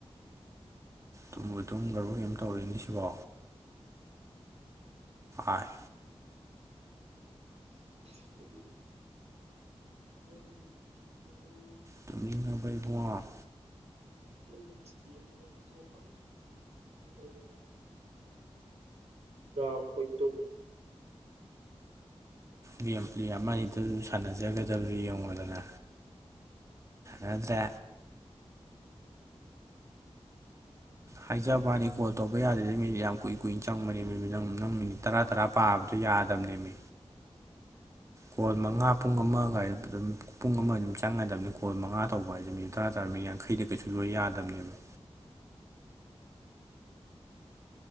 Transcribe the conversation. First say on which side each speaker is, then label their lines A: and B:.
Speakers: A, on the right; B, on the right.
A: ꯇꯨꯝꯕꯨ ꯇꯨꯝ ꯂꯕ ꯀꯩ ꯇꯧꯔꯤꯛꯅꯤ ꯁꯤꯕꯣ ꯑꯥꯏ
B: ꯑꯗꯨ ꯑꯣ ꯃꯐꯝ ꯇꯔꯨ
A: ꯇꯃꯤꯅꯕꯩꯕꯉ
B: ꯂꯣꯏꯒꯤ ꯏꯁꯇꯦꯝ ꯇꯣꯛꯈ꯭ꯔꯕ ꯑꯗꯨꯃꯥꯏꯅ ꯇꯧ ꯎ ꯥ ꯑꯣꯏꯣꯏꯗ
A: ꯒꯦꯝ ꯄ꯭ꯂꯦ ꯑꯃꯗꯕꯁꯨ ꯁꯥꯟꯅꯖꯒꯗꯕꯗꯨ ꯌꯦꯡꯉꯣꯗꯅ ꯭ꯔꯦ
B: ꯎꯝ ꯍ
A: ꯍꯥꯏꯖꯕꯅꯤ ꯀꯣꯜ ꯇꯧꯕ ꯌꯥꯗꯦꯗ ꯃꯤꯅꯤ ꯌꯥꯝ ꯀꯨꯏ ꯀꯨꯏꯅ ꯆꯪꯕꯅꯦ ꯃꯤ ꯅ ꯅꯪꯃꯤꯅꯤ ꯇꯔꯥ ꯇꯔꯥ ꯄꯥꯕꯗꯣ ꯌꯥꯗꯕꯅꯤ ꯃꯤ ꯀꯣꯜ ꯃꯉꯥ ꯄꯨꯡ ꯑꯃꯒ ꯑꯗꯨꯝ ꯄꯨꯡ ꯑꯃ ꯑꯗꯨꯝ ꯆꯪꯒꯗꯕꯅꯤ ꯀꯣꯜ ꯃꯉꯥ ꯇꯧꯕ ꯍꯥꯏꯁꯦ ꯃꯤ ꯇꯔꯥ ꯇꯔꯥ ꯃꯤ ꯌꯥꯡꯈꯩ ꯃꯈꯩꯗ ꯀꯩꯁꯨ ꯂꯣꯏ ꯌꯥꯗꯕꯅꯦꯕ